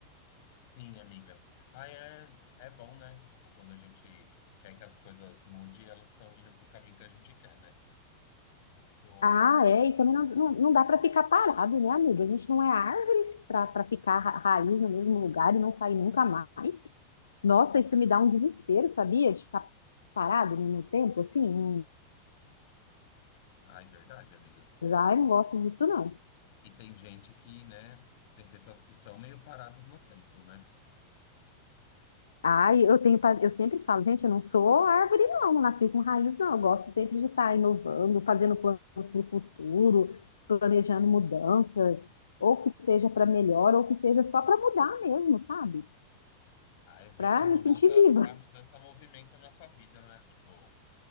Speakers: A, on the left (about 50°); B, on the left (about 70°).
A: Sim, amiga. Ah, é, é bom, né? Tipo, quando a gente quer que as coisas mudem, elas estão indo pro caminho que a gente quer, né? É muito,
B: Ah,
A: muito...
B: é, e também não, não, não dá para ficar parado, né, amiga? A gente não é árvore para ficar ra- raiz no mesmo lugar e não sair nunca mais. Nossa, isso me dá um desespero, sabia? De ficar parado no, no tempo, assim. não-
A: Ah, é verdade, amiga.
B: Ai, não gosto disso, não.
A: E tem gente que, né, tem pessoas que são meio paradas no tempo, né?
B: Ai, eu tenho, pa- eu sempre falo, gente, eu não sou árvore, não, não nasci com raiz, não. Eu gosto sempre de estar inovando, fazendo planos para o futuro, planejando mudanças, ou que seja para melhor, ou que seja só para mudar mesmo, sabe?
A: A, ever-
B: Para
A: a mudança,
B: me sentir viva.
A: a mudança movimenta a nossa vida, né? Tipo,